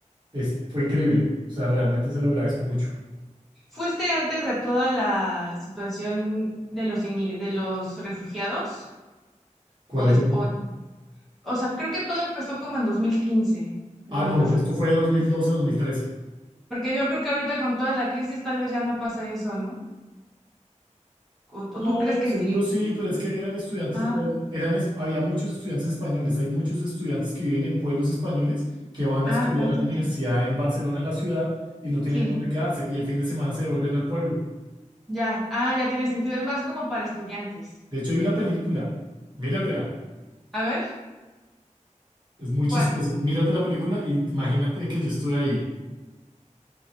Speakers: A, on the right (about 35°); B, in the centre.
A: es, fue increíble. O sea, realmente se lo agradezco mucho.
B: ¿Fuiste antes de toda la situación de los, inmi- de los refugiados?
A: ¿Cuál
B: ¿O
A: es?
B: después? O sea, creo que todo empezó como en 2015, lo
A: Ah, no,
B: de los refugiados.
A: esto fue dos dos mil doce, mil trece.
B: Porque yo creo que ahorita con toda la crisis tal vez ya no pasa eso, ¿no? ¿O, o
A: No,
B: tú crees que
A: seguro
B: sí?
A: sí, pero es que eran estudiantes
B: Ah,
A: de todo, eran, es- había muchos estudiantes españoles, hay muchos estudiantes que viven en pueblos españoles que van
B: ah,
A: a estudiar
B: ya,
A: a la
B: ya,
A: universidad
B: ya.
A: en Barcelona, en la ciudad, y no tienen
B: Sí,
A: dónde quedarse, y el fin de semana se devuelven al pueblo.
B: ya. Ah, ya tiene sentido. Es más como para estudiantes.
A: De hecho, hay una película, míratela,
B: A ver,
A: es muy chistoso,
B: ¿cuál?
A: mírate la película y imagínate que yo estoy ahí.